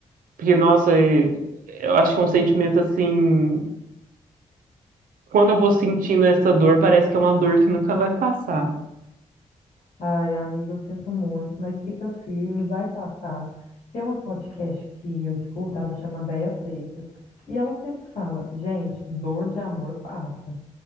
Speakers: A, on the right; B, on the left.
A: Porque, nossa, eh, eu acho que é um sentimento assim. Quando eu vou sentindo essa dor, parece que é uma dor que nunca vai passar.
B: Ai, amiga, eu sinto muito, mas fica firme, vai passar. Tem uma podcast que eu escuto, ela chama Déia Freitas, e ela sempre fala: gente, dor de amor passa.